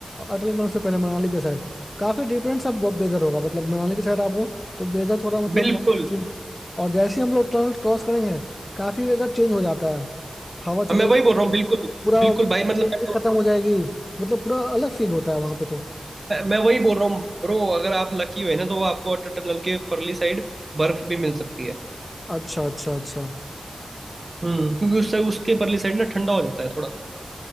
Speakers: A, on the left; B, on the right.
A: अटल टनल से पहले मनाली के साइड काफी डिफरेंट सा वेदर होगा मतलब मनाली के साइड आप हो तो वेदर थोड़ा मतलब
B: बिल्कुल
A: normal चेंज और जैसे ही हम लोग टनल क्रॉस करेंगे काफी वेदर चेंज हो जाता है हवा चलने
B: हाँ, मैं
A: लगती
B: वही बोल रहा हूँ
A: है,
B: बिल्कुल
A: पूरा
B: बिल्कुल भाई मतलब
A: winter
B: मैं तो
A: खत्म हो जाएगी मतलब पूरा अलग फील होता है वहां पे तो
B: मैं मैं वही बोल रहा हूँ ब्रो अगर आप लकी हुए ना तो आपको अटल टनल के परली साइड बर्फ भी मिल सकती है
A: अच्छा अच्छा अच्छा
B: हम्म क्योंकि उससे उसके परली साइड ना ठंडा हो जाता है थोड़ा